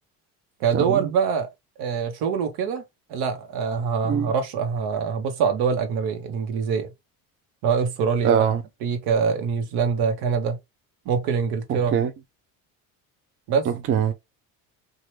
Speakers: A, on the right; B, on the right.
A: كدول
B: تمام
A: بقى آه، شغل وكده لا آه، ه-
B: مم.
A: هرش ه- هبص على الدول الأجنبية الإنجليزية سواء استراليا
B: اه
A: بقى امريكا نيوزيلندا كندا ممكن انجلترا
B: اوكي
A: بس
B: اوكي